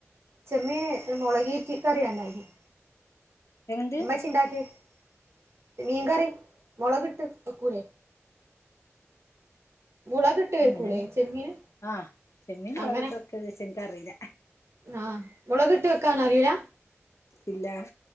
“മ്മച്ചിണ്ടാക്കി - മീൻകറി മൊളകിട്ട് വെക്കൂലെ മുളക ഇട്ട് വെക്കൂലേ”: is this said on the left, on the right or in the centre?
Right